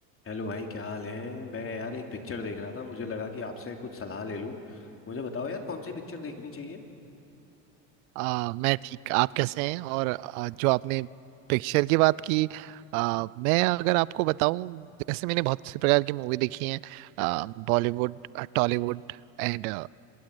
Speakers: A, on the left; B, on the right.
A: Hello भाई क्या हाल है मैं यार एक पिक्चर देख रहा था मुझे लगा कि आपसे कुछ सलाह ले लूं मुझे बताओ यार कौन सी पिक्चर देखनी चाहिए
B: आ, मैं ठीक आप कैसे हैं और आ, जो आपने पिक्चर की बात की आ, मैं अगर आपको बताऊं जैसे मैंने बहुत से प्रकार की मूवी देखी हैं आ, Bollywood Tollywood and